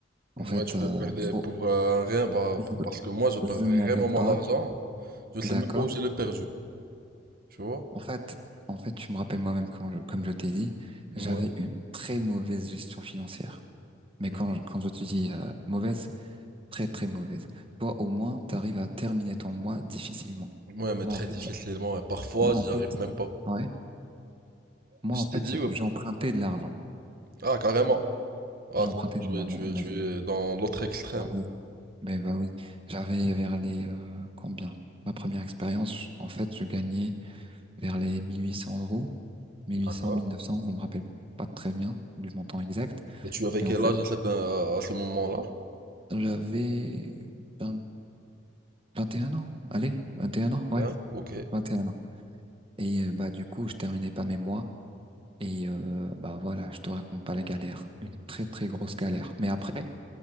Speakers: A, on the right; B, on the right.
A: En
B: Moi,
A: fait,
B: tu
A: euh,
B: le perdais
A: faut-
B: pour euh, rien, bah,
A: je,
B: parce que moi, je perds
A: je
B: vraiment
A: n'avais
B: mon
A: pas,
B: argent. Je sais
A: d'accord.
B: même pas où j'ai le perdu, tu vois?
A: En fait, en fait, tu me rappelles moi-même quand je- comme je t'ai dit, j'avais
B: Ouais.
A: une très mauvaise gestion financière. Mais
B: Mm.
A: quand, quand je te dis euh, mauvaise, très très mauvaise. Toi, au moins, t'arrives à terminer ton mois difficilement.
B: Ouais, mais
A: Moi,
B: très
A: en fait,
B: difficilement.
A: j'-
B: Et parfois,
A: moi,
B: j'y
A: en fait,
B: arrive même pas.
A: ouais, moi,
B: Je
A: en fait,
B: t'ai dit, ouais.
A: j'empruntais de l'argent.
B: Ah, carrément. Ah,
A: J'empruntais
B: toi, tu
A: de l'argent,
B: es, tu
A: imagine.
B: es, tu es dans l'autre extrême.
A: Bah oui. Ben bah oui. J'avais vers les euh, combien? Ma première expérience, je- en fait, je gagnais vers les 1800 euros, 1800,
B: D'accord.
A: 1900, je me rappelle pas très bien du montant exact.
B: Et tu avais
A: Mais
B: quel
A: en fait,
B: âge à, cette- euh, à ce moment-là?
A: j'avais 20 21 ans. Allez, 21 ans, ouais,
B: Hein Ok.
A: 21 ans. Et euh, bah du coup, je terminais pas mes mois. Et euh, bah voilà, je te raconte pas la galère, une très très grosse galère. Mais après,